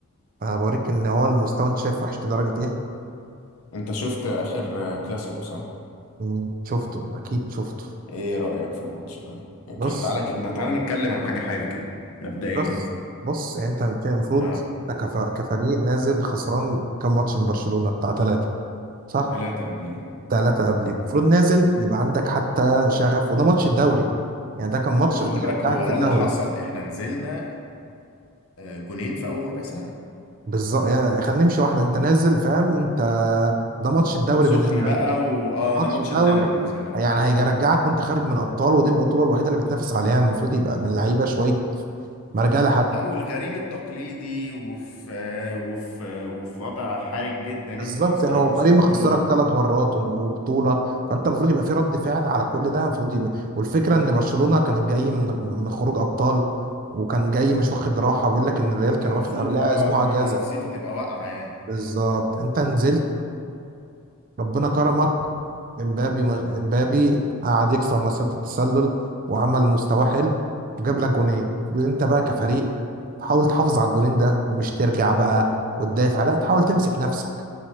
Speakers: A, on the right (about 40°); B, on the left (about 70°).
A: انا بوريك ان هو المستوى انت شايف وحش لدرجه ايه
B: انت شفت اخر كلاسيكو صح
A: مم، شفته انت اكيد شفته
B: ايه رأيك في الماتش بقى يعني
A: بص
B: تعالى ك... تعالى نتكلم عن حاجة حاجة كده مبدئيا
A: بص بص يعني انت المفروض
B: اه
A: انت كف- كفريق نازل خسران كام ماتش من برشلونه بتاع ثلاثه صح
B: تلاتة قبليهم آه.
A: ثلاثة قبليه المفروض نازل يبقى عندك حتى شغف وده ماتش الدوري يعني ده كان ماتش
B: لا وخلي
A: يرجعك
B: بالك هو
A: في
B: ده
A: الدوري
B: اللي حصل احنا نزلنا آه، جونين في اول ربع ساعة
A: بالظبط يعني خلينا نمشي واحدة انت نازل فاهم انت ده ماتش الدوري
B: سخن
A: بالنسبة
B: بقى
A: لك
B: واه
A: ماتش
B: ده ماتش
A: الدوري
B: الدوري بالنسبة لك فعلا
A: يعني هيرجعك وانت خارج من الابطال ودي البطولة الوحيدة اللي بتنافس عليها المفروض يبقى من اللعيبة شوية مرجع لحد
B: لا والغريم التقليدي وفي وفي وفي وضع حرج جدا
A: بالظبط
B: انت اصلا
A: يعني هو
B: الموسم
A: فريق مخسرك
B: كله
A: ثلاث مرات و- وبطوله فانت المفروض يبقى في رد فعل على كل ده المفروض يبقى والفكره ان برشلونه كان جاي من من خروج ابطال وكان جاي مش واخد راحه بيقول لك ان الريال
B: ومفروض
A: كان واخد قبلها
B: اه
A: اسبوع
B: ان
A: اجازه
B: هو نفسيته تبقى واقعة يعني
A: بالظبط انت نزلت ربنا كرمك امبابي امبابي قعد يكسر مسات التسلل وعمل مستوى حلو وجاب لك جونين المفروض انت بقى كفريق تحاول تحافظ على الجونين ده مش ترجع بقى وتدافع لا تحاول تمسك نفسك